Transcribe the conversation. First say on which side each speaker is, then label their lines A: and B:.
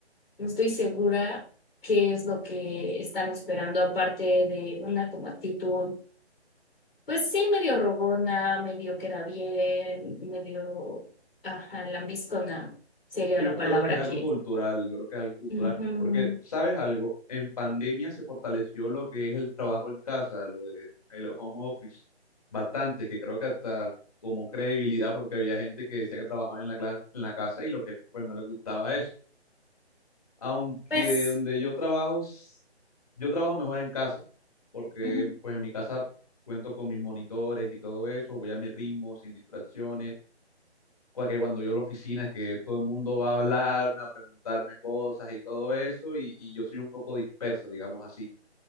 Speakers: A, on the left; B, on the left.
A: no estoy segura qué es lo que están esperando, aparte de una como actitud pues sí, medio rogona, medio queda bien, medio, ajá, lambiscona sería
B: Y
A: la
B: yo
A: palabra
B: creo que es
A: aquí.
B: algo cultural, yo creo que es algo cultural,
A: Ujú.
B: porque, ¿sabes algo? En pandemia se fortaleció lo que es el trabajo en casa, lo de el home office, bastante, que creo que hasta tomó credibilidad porque había gente que decía que trabajaba en la, cla- en la casa y los jefes pues no les gustaba eso. aunque
A: Pues,
B: donde yo trabajo, s- yo trabajo mejor en casa, porque
A: ujú,
B: pues en mi casa cuento con mis monitores y todo eso, voy a mi ritmo, sin distracciones, cua- que cuando yo a la oficina es que todo el mundo va a hablarme, a preguntarme cosas y todo eso, y, y yo soy un poco disperso, digamos así.